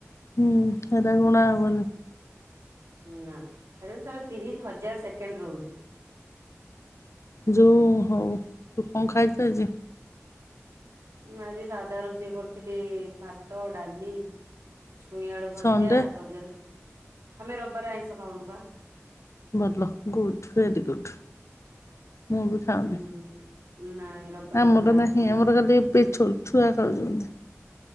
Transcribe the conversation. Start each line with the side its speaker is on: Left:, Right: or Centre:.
Left: ହୁଁ ଏଟା ଗଣା ହବନୀ
Right: ନା ତାର ତିରିଶ ହଜାର ସେକେଣ୍ଡ ରହୁଛି।
Left: ଯଉ ହଉ ତୁ କଣ ଖାଇଛୁ ଆଜି?
Right: ମୁଁ ଆଜି ସାଧା ରୋଷେଇ କରିଥିଲି ଭାତ ଡାଲି ଛୁଇଁ ଆଳୁ ଭଜା
Left: ସଣ୍ଡେ
Right: ସଜନ ଆମେ ରବିବାର ଆଇଁଷ ଖାଉନୁ ପା
Left: ବତଲ ଗୁଡ଼୍ ଭେରି ଗୁଡ଼ ମୁଁ ବି ଖାଇନି
Right: ଉଁ ନାଇଁ ରବିବାରେ
Left: ଆମର
Right: ଆଇଁଷ
Left: ନାହିଁ
Right: ନୁହଁ
Left: ଆମର ଖାଲି <unintelligible> ଛୁଆ ଖାଉଛନ୍ତି।